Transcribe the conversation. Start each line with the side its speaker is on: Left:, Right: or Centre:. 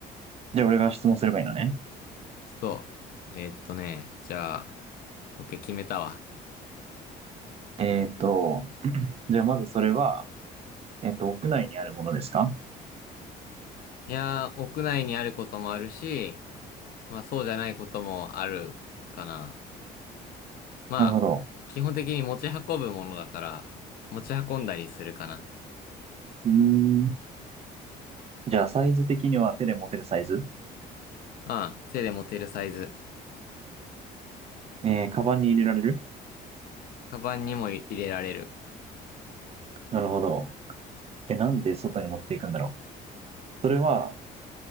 Right: じゃあ俺が質問すればいいのね。
Left: そう。えーっとね、じゃあ、OK 決めたわ。
Right: えーっと、じゃあまずそれは、えーっと、屋内にあるものですか
Left: いやー、屋内にあることもあるし、まあそうじゃないこともあるかな。まあ、
Right: なるほど。
Left: 基本的に持ち運ぶものだから、持ち運んだりするかな。
Right: うーん。じゃあサイズ的には手で持てるサイズ
Left: うん、手で持てるサイズ。
Right: えー、カバンに入れられる
Left: カバンにも入れられる。
Right: なるほど。え、なんで外に持っていくんだろうそれは、